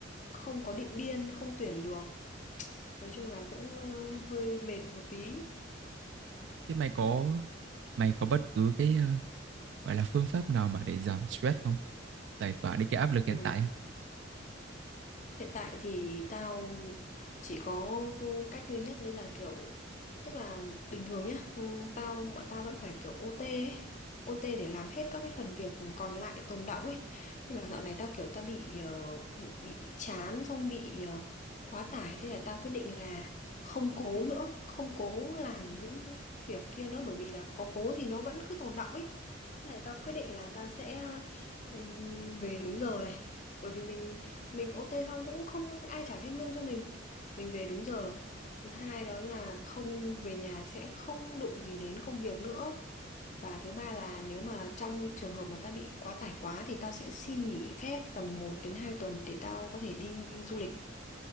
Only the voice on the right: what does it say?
Thế mày có mày có bất cứ cái ờ, gọi là phương pháp nào mà để giảm stress không? Giải tỏa đi cái áp lực
hiện tại. ấy.